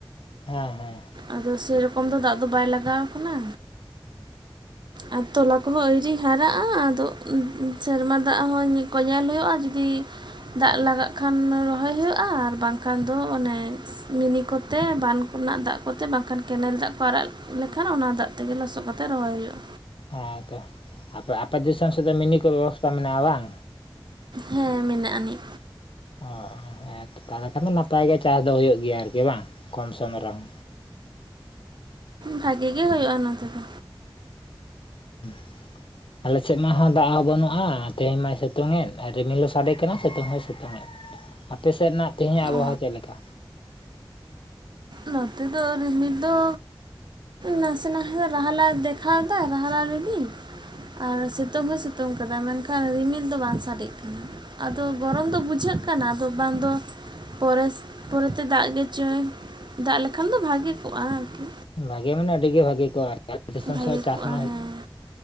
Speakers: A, on the left; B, on the right.
A: ᱦᱮᱸ ᱦᱮᱸ᱾
B: ᱟᱫᱚ ᱥᱮᱨᱚᱠᱚᱢ ᱫᱚ ᱫᱟᱜ ᱫᱚ ᱵᱟᱭ ᱞᱟᱜᱟᱣ ᱠᱟᱱᱟ᱾ ᱟᱨ ᱛᱚᱞᱟ ᱠᱚᱦᱚᱸ ᱟᱹᱭᱨᱤ ᱦᱟᱨᱟᱜᱼᱟ ᱟᱫᱚ ᱥᱮᱨᱢᱟ ᱫᱟᱜ ᱦᱚᱸ ᱠᱚᱭ ᱧᱮᱞ ᱦᱩᱭᱩᱜᱼᱟ ᱡᱩᱫᱤᱼᱼ ᱫᱟᱜ ᱞᱟᱜᱟᱜ ᱠᱷᱟᱱ ᱨᱚᱦᱚᱭ ᱦᱩᱭᱩᱜᱼᱟ, ᱟᱨ ᱵᱟᱝᱠᱷᱟᱱ ᱫᱚ ᱚᱱᱮ ᱢᱤᱱᱤ ᱠᱚᱼᱼ ᱛᱮ ᱵᱟᱱ ᱠᱚᱱᱟᱜ ᱫᱟᱜ ᱠᱚᱛᱮ ᱵᱟᱝᱠᱷᱟᱱ ᱠᱮᱱᱮᱞ ᱫᱟᱜ ᱠᱚ ᱟᱨᱟᱜ ᱞᱮᱠᱷᱟᱱ ᱚᱱᱟ ᱫᱟᱜ ᱛᱮᱜᱮ ᱞᱚᱥᱚᱫ ᱠᱟᱛᱮ ᱨᱚᱦᱚᱭ ᱦᱩᱭᱩᱜᱼᱟ᱾
A: ᱦᱮᱸ ᱛᱚ ᱟᱯᱮ ᱟᱯᱮ ᱫᱤᱥᱚᱢ ᱥᱮᱫ ᱫᱚ ᱢᱤᱱᱤ ᱠᱚ ᱵᱮᱵᱚᱥᱛᱟ ᱢᱮᱱᱟᱜᱼᱟ, ᱵᱟᱝ᱾
B: ᱦᱮᱸ ᱢᱮᱱᱟᱜᱼᱟ ᱱᱤᱡ᱾
A: ᱚ ᱦᱮᱛᱚ ᱛᱟᱦᱚᱞᱮ ᱠᱷᱟᱱ ᱫᱚ ᱱᱟᱯᱟᱭ ᱜᱮ ᱪᱟᱥ ᱫᱚ ᱦᱩᱭᱩᱜ ᱜᱮᱭᱟ ᱟᱨᱠᱤ ᱵᱟᱝ ᱠᱚᱢ ᱥᱚᱢ ᱨᱮᱦᱚᱸ᱾
B: ᱵᱷᱟᱜᱤ ᱜᱮ ᱦᱩᱭᱩᱜᱼᱟ ᱱᱚᱛᱮ ᱫᱚ᱾
A: <unintelligible> ᱟᱞᱮ ᱥᱮᱫ ᱢᱟ ᱦᱚᱸ ᱫᱟᱜ ᱦᱚᱸ ᱵᱟᱹᱱᱩᱜᱼᱟ, ᱛᱮᱦᱮᱧ ᱢᱟᱭ ᱥᱤᱛᱩᱝ ᱮᱫ ᱨᱤᱢᱤᱞ ᱦᱚᱸ ᱥᱟᱰᱮ ᱠᱟᱱᱟ ᱥᱤᱛᱩᱝ ᱦᱚᱸᱭ ᱥᱤᱛᱩᱝ ᱮᱫ᱾ ᱟᱯᱮᱥᱮᱫ ᱨᱮᱱᱟᱜ ᱛᱮᱦᱮᱧᱟᱜ ᱟᱵᱚᱦᱟᱣᱟ
B: ᱚ
A: ᱪᱮᱫ ᱞᱮᱠᱟ?
B: ᱱᱚᱛᱮ ᱫᱚ ᱨᱤᱢᱤᱞ ᱫᱚ ᱱᱟᱥᱮ ᱱᱟᱥᱮ ᱨᱟᱦᱞᱟ ᱫᱮᱠᱷᱟᱣ ᱫᱟ ᱨᱟᱦᱞᱟ ᱨᱤᱢᱤᱞ ᱟᱨ ᱥᱤᱛᱩᱝ ᱮ ᱥᱤᱛᱩᱝ ᱠᱟᱫᱟ ᱢᱮᱱᱠᱷᱟᱱ ᱨᱤᱢᱤᱞ ᱫᱚ ᱵᱟᱝ ᱥᱟᱰᱮᱜ ᱠᱟᱱᱟ᱾ ᱟᱫᱚ ᱜᱚᱨᱚᱢ ᱫᱚ ᱵᱩᱡᱷᱟᱹᱜ ᱠᱟᱱᱟ, ᱟᱫᱚ ᱵᱟᱝ ᱫᱚ ᱯᱚᱨᱮᱥ ᱯᱚᱨᱮᱛᱮ ᱫᱟᱜ ᱜᱮᱪᱚᱭ ᱫᱟᱜ ᱞᱮᱠᱷᱟᱱ ᱫᱚ ᱵᱷᱟᱜᱮ ᱠᱚᱜ-ᱟ ᱟᱨᱠᱤ
A: ᱵᱷᱟᱜᱮ ᱢᱟᱱᱮ ᱟᱹᱰᱤᱜᱮ ᱵᱷᱟᱹᱜᱤ ᱠᱚᱜ-ᱟ ᱟᱨᱠᱤ ᱫᱤᱥᱚᱢ
B: ᱵᱷᱟᱜᱮ
A: ᱥᱮᱫ ᱪᱟᱥᱢᱟᱥ
B: ᱠᱚᱜᱼᱟ ᱦᱮᱸ